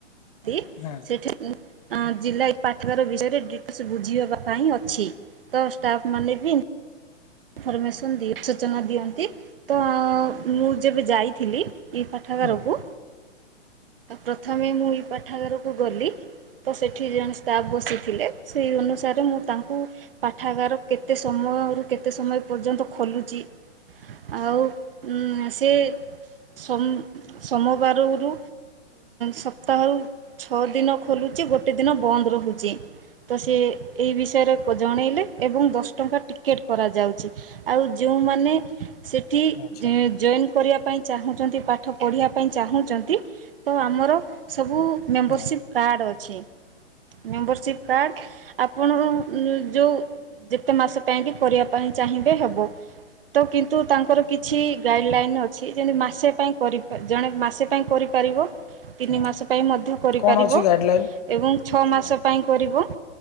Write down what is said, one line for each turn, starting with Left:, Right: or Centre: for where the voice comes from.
Right: ଇ
Left: ହଁ
Right: ସେଠି ଆଁ ଜିଲ୍ଲା ଏଇ ପାଠାଗାର ବିଷୟରେ ଡିଟେଲସ ବୁଝିବା ହେବା ପାଇଁ ଅଛି ତ ଷ୍ଟାଫ୍ ମାନେ ବି ଇନଫର୍ମେସନ୍ ଦିଅ ସୂଚନା ଦିଅନ୍ତି ତ ମୁଁ ଯେବେ ଯାଇଥିଲି ଏଇ ପାଠାଗାରକୁ
Left: ହଁ
Right: ପ୍ରଥମେ ମୁଁ ଏଇ ପାଠାଗାରକୁ ଗଲି। ତ ସେଠି ଜଣେ ଷ୍ଟାଫ୍ ବସିଥିଲେ ସେହି ଅନୁସାରେ ମୁଁ ତାଙ୍କୁ ପାଠାଗାର କେତେ ସମୟରୁ କେତେ ସମୟ ପର୍ଯ୍ୟନ୍ତ ଖୋଲୁଛି? ଆଉ ସିଏ ସୋମ ସୋମବାରରୁ ସପ୍ତାହକୁ ଛଅ ଦିନ ଖୋଲୁଛି ଗୋଟେ ଦିନ ବନ୍ଦ ରହୁଛି। ତ ସିଏ ଏହି ବିଷୟରେ ଜଣେଇଲେ ଏବଂ ଦଶ ଟଙ୍କା ଟିକେଟ୍ କରାଯାଉଛି ଆଉ ଯୋଉମାନେ ସେଠି
Left: ଆଚ୍ଛା
Right: ଜଏନ୍ କରିବା ପାଇଁ ଚାହୁଁଛନ୍ତି ପାଠ ପଢ଼ିବା ପାଇଁ ଚାହୁଁଛନ୍ତି ତ ଆମର ସବୁ ମେମ୍ବରସିପ୍
Left: ହଁ
Right: କାର୍ଡ଼ ଅଛି। ମେମ୍ବରସିପ୍ କାର୍ଡ଼ ଆପଣଙ୍କର ଯୋଉ ଯେତେ ମାସ ପାଇଁକି କରିବା ପାଇଁ ଚାହିଁବେ ହେବ। ତ କିନ୍ତୁ ତାଙ୍କର କିଛି ଗାଇଡ଼ଲାଇନ୍ ଅଛି ଯେମିତି ମାସେ ପାଇଁ କରି ଜଣେ ମାସେ ପାଇଁ କରିପାରିବ ତିନି
Left: ହଁ
Right: ମାସ ପାଇଁ ମଧ୍ୟ କରିପାରିବ।
Left: କଣ ଅଛି ଗାଇଡଲାଇନ
Right: ଏବଂ ଛଅ ମାସ ପାଇଁ କରିବ